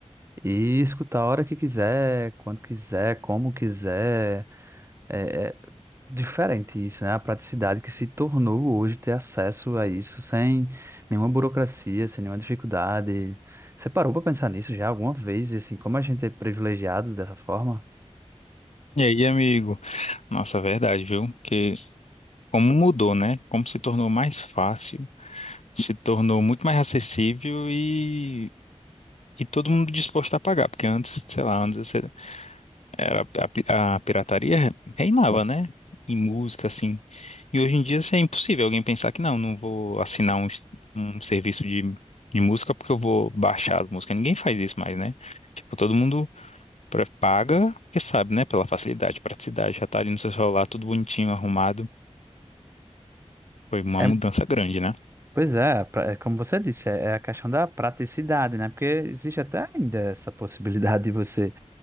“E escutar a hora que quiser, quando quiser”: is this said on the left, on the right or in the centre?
Right